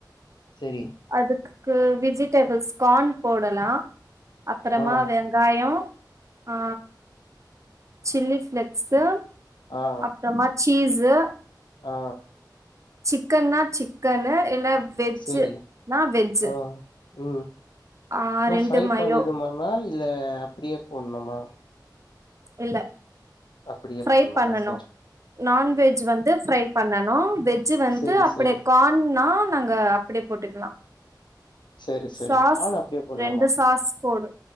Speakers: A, on the left; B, on the right.
A: சேரி
B: அதுக்கு விஜிடபிள்ஸ் கார்ன் போடலா அப்பறமா
A: ஆ
B: வெங்காயோ ஆ சில்லி ஃபிளேக்ஸ்ஸு
A: ஆ
B: அப்புறமா சீஸ்ஸு
A: ஆ
B: சிக்கன்னா சிக்கன்னு இல்ல வெஜ்ஜுனா
A: சரி
B: வெஜ்ஜு
A: ஆ ம்
B: ஆ
A: நல்லா
B: ரெண்டு
A: ஃப்ரை
B: மயோ
A: பண்ணிடுமானா இல்ல அப்டியே போட்னுமா
B: இல்ல
A: அப்டியே
B: ஃப்ரை
A: போட்லாமா
B: பண்ணனு
A: சேரி
B: நான்வெஜ் வந்து ஃப்ரை பண்ணனு வெஜ் வந்து
A: செரி
B: அப்டி
A: செரி
B: கார்ன்னா நாங்க அப்டி போட்டுக்கலா
A: செரி செரி
B: சாஸ்
A: கான் அப்டியே போட்லாமா
B: ரெண்டு சாஸ் போடு